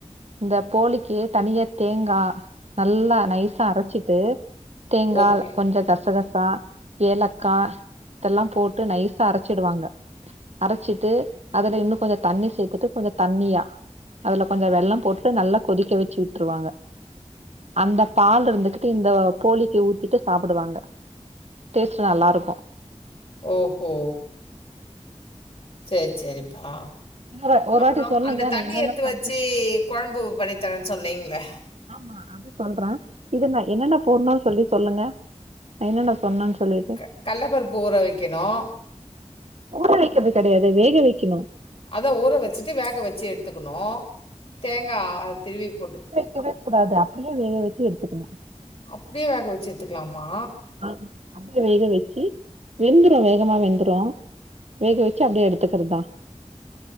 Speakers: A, on the right (about 65°); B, on the left (about 55°).
A: இந்த போலிக் கே தனிய தேங்கா நல்லா நைஸா அரச்சிட்டு தேங்கா
B: ஓகே.
A: கொஞ்ச கசகசா ஏலக்கா இதெல்லா போட்டு நைசா அரச்சிடுவாங்க அரச்சிட்டு அதுல இன்னு கொஞ்ச தண்ணி சேத்துட்டு கொஞ்ச தண்ணியா அதுல கொஞ்ச வெள்ளம் போட்டுட்டு நல்லா கொதிக்க வச்சி விட்டுருவாங்க அந்த பால் இருந்துகிட்டு இந்த போலிக்கு ஊத்திட்டு சாப்புடுவாங்க டேஸ்ட்டு நல்லாயிருக்கு
B: ஓஹோ செரி செரிப்பா
A: இன்னொரு ஒரு
B: அப்றோ
A: வாட்டி சொல்லுங்க
B: அந்த
A: நா
B: தண்ணி
A: என்னென்ன
B: எத்து
A: சொன்ன
B: வச்சி கொழம்பு பண்ணித்தரேன்னு சொன்னீங்கள
A: ஆமா அது சொல்ற இது நா என்னென்ன போடுணும்னு சொல்லி சொல்லுங்க என்னன்ன சொன்ன சொல்லி
B: க கல்லப்பருப்பு ஊற வைக்கணு
A: ஊற வைக்கிறது கெடையாது வேக வைக்கணு
B: அதா ஊற வச்சிட்டு வேக வச்சி எடுத்துக்குணு தேங்கா அத திருவி போட்டு
A: கிவ்வே கூடாது அப்டியே வேக வச்சி எடுத்துக்குணு
B: அப்டியே வேக வச்சி எத்துக்கிலாமா
A: ஆ அப்டியே வேக வச்சி வெந்துறு வேகமா வெந்துறு வேக வச்சி அப்டியே எடுத்துக்கிறதுதா